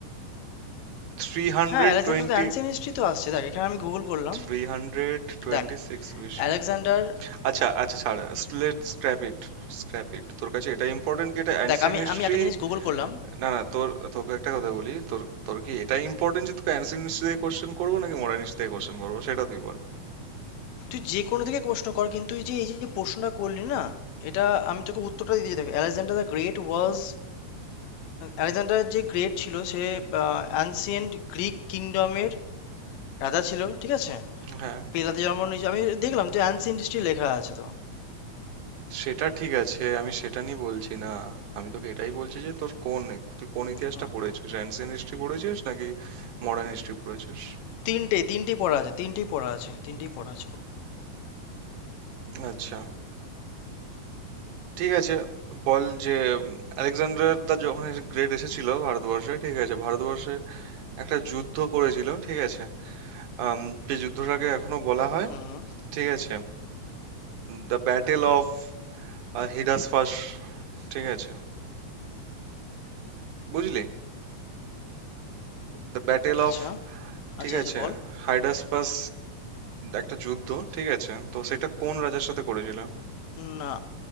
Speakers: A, on the right (about 80°); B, on the left (about 70°).
A: Three hundred
B: হ্যাঁ আলেকজান্ডার
A: twenty
B: দ্য অ্যানসিয়েন্ট হিস্ট্রি তো আসছে দেখ এখানে আমি গুগল করলাম
A: থ্রি হান্ড্রেড টোয়েন্টি
B: দেখ
A: সিক্স বিসি
B: আলেকজান্ডার
A: আচ্ছা আচ্ছা ছাড় let scrap it scrap it তোর কাছে এটা ইম্পর্টেন্ট কি এটা অ্যান্সিয়েন্ট
B: দেখ আমি
A: হিস্ট্রি
B: আমি একটা জিনিস গুগল করলাম
A: না না তোর তোকে একটা কথা বলি তোর তোর কি এটা ইম্পর্টেন্ট যে তোকে অ্যানসিয়েন্ট দিয়ে কোশ্চেন করবো নাকি মডার্ন হিস্ট্রি দিয়ে কোশ্চেন করবো সেটা তুই বল
B: তুই যে কোনো থেকে প্রশ্ন কর কিন্তু এই যে এই যে প্রশ্নটা করলি না এটা আমি তোকে উত্তরটা দিতে দেখ Alexander the great was Alexander যে গ্রেট ছিল সে অ্যানসিয়েন্ট গ্রিক কিংডমের রাজা ছিল ঠিক আছে
A: হ্যাঁ
B: পেলাতে জন্ম নিয়েছে আমি দেখলাম তো অ্যানসিয়েন্ট হিস্ট্রি লেখা আছে তো
A: সেটা ঠিক আছে আমি সেটা নিয়ে বলছি না আমি তোকে এটাই বলছি যে তোর কোন তুই কোন ইতিহাসটা
B: হুম
A: পড়েছিস অ্যানসিয়েন্ট হিস্ট্রি পড়েছিস নাকি মডার্ন হিস্ট্রি পড়েছিস
B: তিনটে তিনটেই পড়া আছে তিনটেই পড়া আছে তিনটেই পড়া আছে
A: আচ্ছা ঠিক আছে বল যে আলেকজান্ডার দা যখন গ্রেট এসেছিল ভারতবর্ষে ঠিক আছে ভারতবর্ষে একটা যুদ্ধ করেছিল ঠিক আছে আম, যে যুদ্ধটাকে এখনো বলা হয়
B: হুম হুম
A: ঠিক আছে দ্য ব্যাটেল অফ আর হিডাসপাস ঠিক আছে বুঝলি দ্য ব্যাটেল
B: আচ্ছা
A: অফ ঠিক
B: আচ্ছা আচ্ছা
A: আছে
B: বল
A: হাইডাসপাস একটা যুদ্ধ ঠিক আছে তো সেটা কোন রাজার সাথে করেছিল
B: না